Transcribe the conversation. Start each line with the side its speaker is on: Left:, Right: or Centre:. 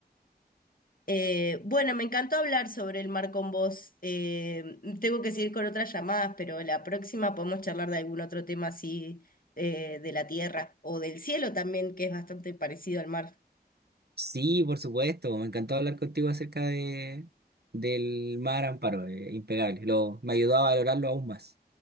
Left: Eh, bueno, me encantó hablar sobre el mar con vos. Eh, tengo que seguir con otras llamadas, pero la próxima podemos charlar de algún otro tema así eh, de la tierra o del cielo también, que es bastante parecido al mar.
Right: Sí, por supuesto, me encantó hablar contigo acerca de, del Mar Amparo, eh, impecable. Lo, me ayudó a valorarlo aún más.